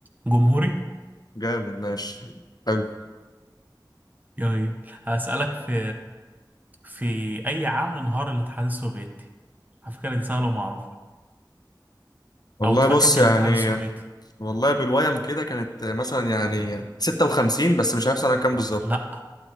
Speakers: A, on the right (about 25°); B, on the left (about 60°).
A: جمهوري
B: جامد ماشي حلو
A: يعني هسألك في في اي عام انهار الاتحاد السوفيتي على فكرة دي سهلة ومعروفة
B: والله
A: او اتفكك
B: بص يعني
A: الاتحاد السوفيتي
B: والله بالويم كده كانت مثلا يعني 56 بس مش عارف سنة كام بالظبط
A: لا